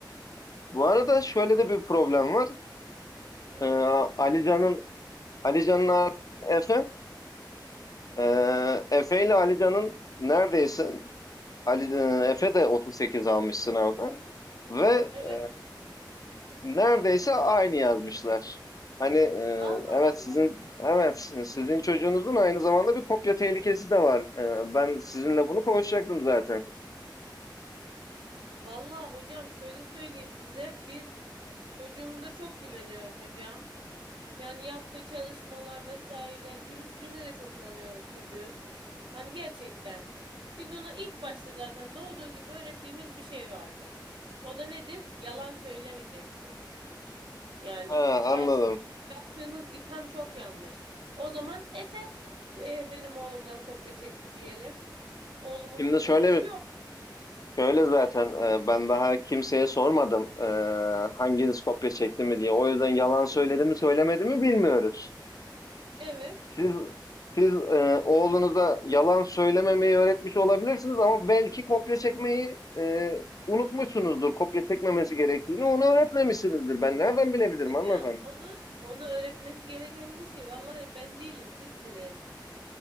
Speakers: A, on the left (about 50°); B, on the right (about 90°).
A: Bu arada şöyle de bir problem var.
B: Hı,
A: Ee, Ali Alican'ın abisi Efe. Ee, Efe ile Alican'ın neredeyse Ali, e, Efe de 38 almış sınavda ve
B: evet.
A: e, neredeyse aynı yazmışlar. Hani e,
B: Allah
A: evet
B: Allah.
A: sizin evet sizin çocuğunuzun aynı zamanda bir kopya tehlikesi de var. E, ben sizinle bunu konuşacaktım zaten.
B: Vallahi hocam şöyle söyleyeyim size. Biz çocuğumuza çok güveniyoruz hocam. Yani yaptığı çalışmalar vesaire dürüstlüğüne de çok inanıyoruz çocuğun. Hani gerçekten biz ona ilk başta zaten doğduğu gibi öğrettiğimiz bir şey vardı. O da nedir? Yalan söylemeyeceksin. Yani
A: Ha,
B: şu
A: anladım.
B: an siz yaptığınız itham çok yanlış. O zaman Efe e, benim oğlumdan kopya çekti diyelim. Oğlumun
A: Şimdi
B: burada
A: şöyle
B: suçu
A: bir
B: yok.
A: şöyle zaten e, ben daha kimseye sormadım e, hanginiz kopya çekti mi diye. O yüzden yalan söyledi mi söylemedi mi bilmiyoruz.
B: Evet.
A: Siz siz e, oğlunuza yalan söylememeyi öğretmiş olabilirsiniz ama belki kopya çekmeyi e, unutmuşsunuzdur. Kopya çekmemesi gerektiğini onu öğretmemişsinizdir. Ben nereden bilebilirim
B: Hocam
A: hanımefendi?
B: onu onu öğretmesi gereken kişi vallahi ben değilim sizsiniz.